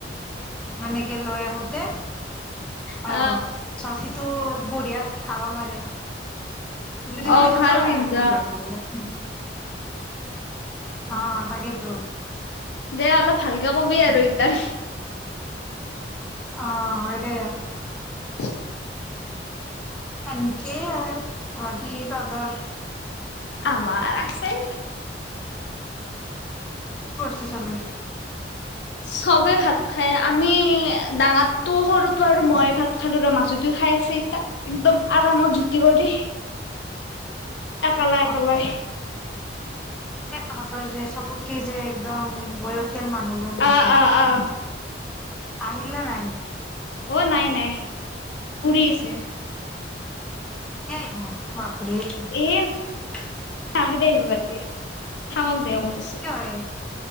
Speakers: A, in the centre; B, on the left.
A: এনেকে লৈ আহোতে
B: অ
A: আহ চাচিটো বঢ়িয়া হাৱা মাৰে। যদি
B: অ
A: শুই থাকো
B: ভাল
A: আৰ
B: কিন্তু
A: বঢ়িয়াকে।
B: অ
A: অ তাকেইতো।
B: দে অলপ ভালকে কবি আৰু ইতাত
A: অ হয় দে
B: <unintelligible>
A: এনেকেই বাকী তহঁতৰ।
B: আমাৰ আছে।
A: কি কৰছে চবে?
B: চবে ভাত। খাই আমি ডাঙাৰতো সৰুতো আৰু মইে ভাত খালো ৰ মাজুতেও খাই আছে ইতা একদম আৰামত জুতি কৰি। একালে একালাই।
A: অ তাহতঁৰ যে সবতকে যে একদম বয়সিয়াল মানুহজন আছে।
B: অ অ অ
A: আহিল নে নাই?
B: অ নাই নাই ফুৰি আছে।
A: কেতিয়া আহিব ঘৰ?
B: এ
A: <unintelligible>
B: নালগে দে আহিব বাদ দে। থাকক দে কত।
A: কিয় হে